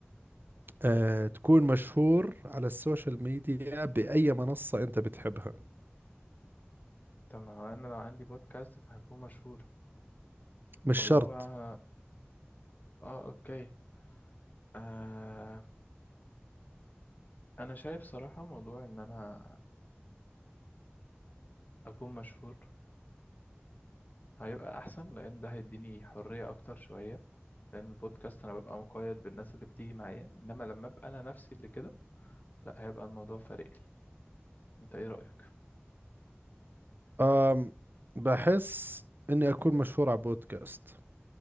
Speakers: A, on the right (about 55°); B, on the left (about 45°).
A: آه تكون مشهور على السوشيال ميديا باي منصة انت بتحبها
B: طب ما هو انا لو عندي بودكاست فهكون مشهور
A: مش
B: ولا
A: شرط
B: هو اه اوكي آه انا شايف صراحة موضوع ان انا اكون مشهور هيبقى احسن لان ده هيديني حرية اكتر شوية لان البودكاست انا ببقى مقيد بالناس اللي بتيجي معايا انما لما ابقى انا نفسي اللي كده لا هيبقى الموضوع فارق لي انت ايه رأيك
A: آم بحس اني اكون مشهور على بودكاست